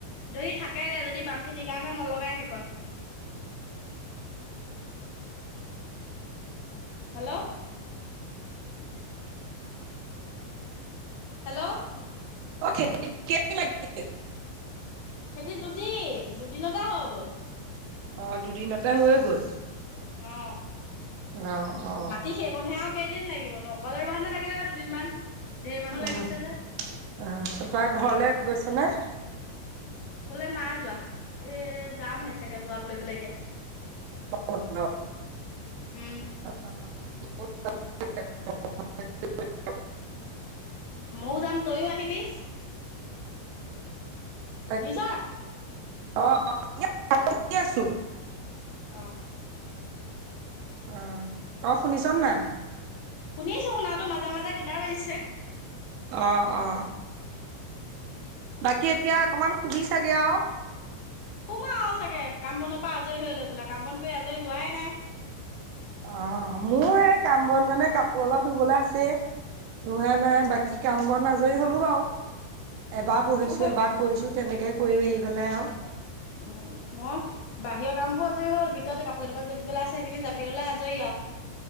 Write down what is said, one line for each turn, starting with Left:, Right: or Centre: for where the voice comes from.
Left: যদি থাকেগে যদি বাম খেতিৰ কাৰণে নলগাই হেইকন। হেল্লৌ, হেল্লৌ,
Right: অঁ <unintelligible>
Left: খেতি দুদিন দুদিনতে হৈ গ'ল।
Right: অ দুদিনতে হৈ গ'ল।
Left: অ
Right: অ অ
Left: মাটি সেই। অকণ সে আউ কেইদিন লাগিব নো অকলে ৰুৱা হেঁতেন লাগিলে হয় দুদিন মান ঢেৰ মানুহ
Right: উম
Left: লাগিছে যে।
Right: অ তাৰপৰা ঘৰলে গৈছা নে?
Left: ঘলে নাই যোৱা এ যামহে চাগে লোৱাক লৈ পেলাই এতিয়া।
Right: <inaudible>
Left: উম।
Right: <unintelligible>
Left: ময়ো যাম, তয়ো আহিবি।
Right: তাকে।
Left: শুনিছ নাই?
Right: অ, অ <unintelligible>
Left: অ।
Right: অ, অ, শুনিছ নে নাই!
Left: শুনিছো, শুনাতটো। মাজে-মাজে গীতাৰ বাজিছে।
Right: অ, অ, অ, বাকী, এতিয়া অকমান শুবি চাগে আও।
Left: শুম আৰু চাগে, কাম-বনৰ পৰা আজৰি হৈ লৈ পেলাই, কাম-বন পৰা আজৰি হোৱাই নাই।
Right: অ, মোৰ এই কাম-বন মানে কাপোৰ অলপ ধুবলৈ আছেই ধুৱাই নাই,
Left: উম।
Right: বাকী কাম-বন আজৰি হ'লো বাৰু! এবাৰ
Left: উম,
Right: বহিছো
Left: মোৰ সেই
Right: এবাৰ কৰিছোঁ, তেনেকে কৰি-মেলি পেলাই আৰু
Left: উম, মই বাহিৰৰ কামবোৰ আজৰি হ'ল, ভিতৰ কাপোৰ কেইটা মান জাপিবলৈ আছে, সেইখিনি জাপি ল'লে আজৰি আৰু।